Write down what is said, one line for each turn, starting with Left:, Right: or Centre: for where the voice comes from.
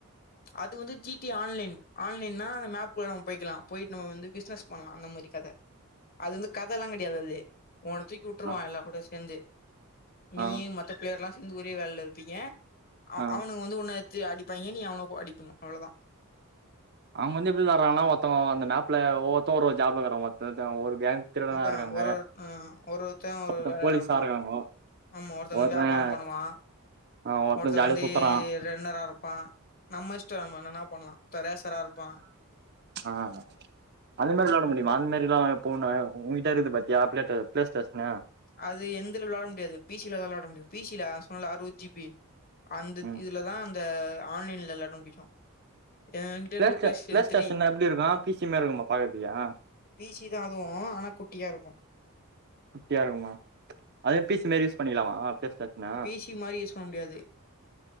Left: அது வந்து ஜீ டீ ஆன்லைன் ஆன்லைன்னா அந்த மேப்குலா போயிக்கலா போயிட்டு நம்ம வந்து பிசினஸ் பண்ணலா அந்த மாரி கத அது வந்து கதெல்லா கெடையாது அது உன்ன தூக்கி விட்டுருவா
Right: ஆ
Left: எல்லா கூட சேர்ந்து நீ
Right: ஆ
Left: மத்த பிளேயர்லா சேந்துஒரே வேலைல இருப்பீங்க அவ்
Right: ஆ
Left: அவனுக்கு வந்து உன்ன எடுத்து அடி ப்பாய்ங்க நீ அவனு அடிப்பணு அவ்ளோ தா
Right: அவங்க வந்து எப்படி தர்றாங்கன்னா ஒருத்தம் அந்த மேப்ல ஒவொத்த ஒரு ஜாப்ல இருக்கறாங்கத்தத்த ஒரு கேங் திருடனா
Left: அதா
Right: இருக்காங்க
Left: ஒரு ஹ ஒருத்த ஒரு
Right: ஒருத்தன்
Left: வேலப்பா
Right: போலீஸா இருக்காங்க
Left: ஆமா ஒருத்த வந்து
Right: ஒருத்தன்
Left: வியாபாரம் பண்ணுவா
Right: ஆ, ஒருத்தன்
Left: ஒருத்த
Right: ஜாலியா
Left: வந்து
Right: சுத்துறான்
Left: ரெண்டரா இருப்பா நம்ம இஷ்ட நம்ம என்னன்ன பண்லா ஒருத்த ரேசரா இருப்பான்
Right: ஆஹ் அந்த மாரி விளாட
Left: ம்
Right: முடிமா அந்த மாரிலா ஃபோணு உங்கிட்ட இருக்குது பாத்தியா அப்டேட்டு பிளே ஸ்டேஷ்னு
Left: அது எந்தல விளாட முடியாது பிசிலதான் விளாட முடியும் பிசில சொன்னல அறுபது ஜிபி அந்த
Right: ம்
Left: இதுலதான் இந்த ஆன்லைன்ல ல்லாட்டு <unintelligible> ஏங்கிட்ட
Right: பிளே
Left: இருக்கு
Right: stay
Left: place
Right: play station
Left: three
Right: எப்படி இருக்கும் பிசி மாதிரி இருக்குமா பாக்கறதுக்கா
Left: பீசி தா அதுவு ஆனா குட்டியாருக்கும்
Right: குட்டியா ருக்குமா அதுவும் பீஸ் மாரி யூஸ் பண்ணிக்லாமா ப்ளே ஸ்டேஷன
Left: பிசி மாதிரி யூஸ் பண்ண முடியாது